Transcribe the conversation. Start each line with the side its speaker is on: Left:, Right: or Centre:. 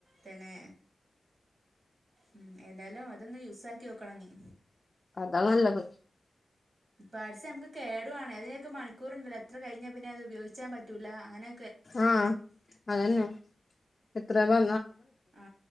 Right: തന്നെ ഉം എന്തായാലും അതൊന്ന് യൂസാക്കിയോക്കണനി
Left: അതാ നല്ലത്
Right: പാട്സ് നമക്ക് കേടുവാണേ അതിനൊക്കെ മണിക്കൂറുണ്ടല്ലോ എത്ര കഴിഞ്ഞാ പിന്നെ അത് ഉപയോഗിച്ചാൻ പറ്റൂല അങ്ങനെ
Left: ആ അതന്നെ എത്ര വ
Right: ആ